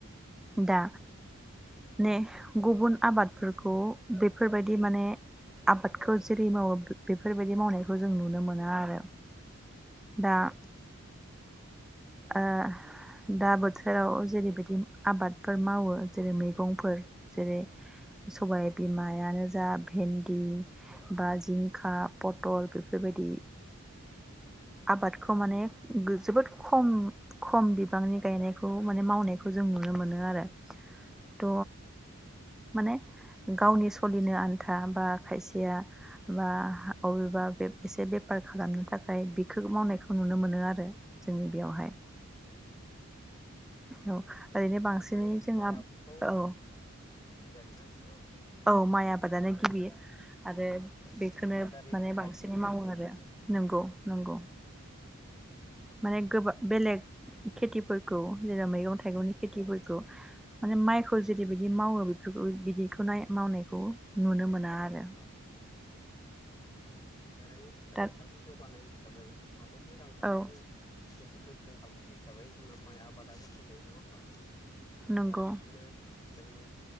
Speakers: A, in the centre; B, on the left.
A: दा ने गुबुन आबादफोरखौ बेफोरबायदि माने आबादखौ जेरै मावो बेफोरबायदि मावनाय खौ जों नुनो मोना आरो।
B: <unintelligible>
A: दा ओ दा बोथो थोराव जेरैबायदि आबादफोर मावो जेरै मैगंफोर जेरै सबाय बिमायानो जा भेन्दि बा जिंखा पटल बेफोरबायदि। आबादखौ माने जोबोद उम खम बिबांनि गायनायखौ माने मावनायखौ जों नुनो मोनो आरो थ माने गावनि सलिनो आ था बा खायसेया बा अबेबा बेब एसे बेफार खालामनो थाखाय बिखो मावनायखौ नुनो मोनो आरो जोंनि बेयावहाय औ ओरैनो बांसिनै
B: नाथाय
A: जोंहा
B: माइ आबदखौ
A: औ
B: दे आरो ना औ
A: औ माइ आबादानो गिबि आरो
B: औ
A: बेखौनो
B: आदारनि
A: माने
B: फुंखा
A: बांसिनै
B: हिसाबै
A: मावो आरो नंगौ नंगौ माने गोबा बेलेग खेथिफोरखौ जेराव मैगं थाइगंनि खेथिफोरखौ माने माइखौ जेरैबादि मावो बेफोरखौ बिदिखौ नाय मावनायखौ नुनो मोना आरो
B: औ औ। जेरै रांखान्थि
A: दा
B: जौगानाय हिसाबै हादरनि रांखान्थिखौ
A: औ
B: मोनसे गोख्रों खालामनाय हिसाबै जोंना माइ आबादाबो फैयो नङा होमबा?
A: नंगौ
B: आरो बिदिनो जोंनि